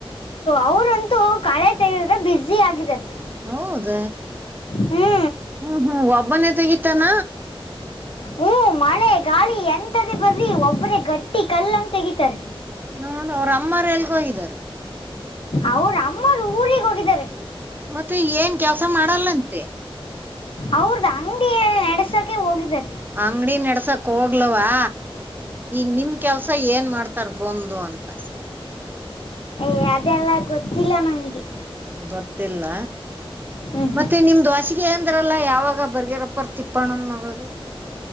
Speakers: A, on the left (about 70°); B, on the right (about 20°).
A: ಅವ್ರಂತೂ ಕಳೆ ತೆಗೆದ್ರೆ ಬುಸಿ ಆಗಿದ್ದಾರೆ
B: ಹೌದ
A: ಹ್ಞೂ
B: ಹ್ಮ್ ಹ್ಮ್ ಒಬ್ಬನೇ ತೆಗಿತಾನ
A: ಹ್ಮ ಮಳೆ ಗಾಳಿ ಎಂತದ ಬರ್ರಿ ಒಬ್ರ ಗಟ್ಟಿ ಕಲ್ಲನ್ನು ತೆಗಿತಾರೆ
B: ನೋಡ್ ಅವ್ರ ಅಮ್ಮ ಎಲ್ಗ ಹೋಗಿದ್ದಾರೆ
A: ಅವರು ಅಮ್ಮರು ಊರಿಗೆ ಹೋಗಿದ್ದಾರೆ
B: ಮತ್ತೆ ಏನ್ ಕೆಲ್ಸ ಮಾಡಲ್ಲಂತೆ
A: ಅವ್ರದ ಅಂಗಿಯ ನಡಸಕೆ ಹೋಗಿದ್ದಾರೆ
B: ಅಂಗಡಿ ನೆಡ್ಸಕ್ ಹೋಗ್ಲವಾ ಈಗ ನಿಮ ಕೆಲ್ಸ ಏನ್ ಮಾಡ್ತಾರ ಬಂದು ಅಂತ
A: ಯ ಅದೆಲ್ಲಾ ಗೊತ್ತಿಲ್ಲ ನಮ್ಗೆ.
B: ಗೊತ್ತಿಲ್ಲ
A: ಹ್ಞೂ ಹ್ಞೂ
B: ಮತ್ತೆ ನಿಮ್ದ ವಾಸಿಗೆ ಏಂದ್ರಲ್ಲ ಯಾವಾಗ ಬರ್ಗಿರಪ್ಪರ್ ತಿಪ್ಪಣಂದ ಮಗಳ್ದ.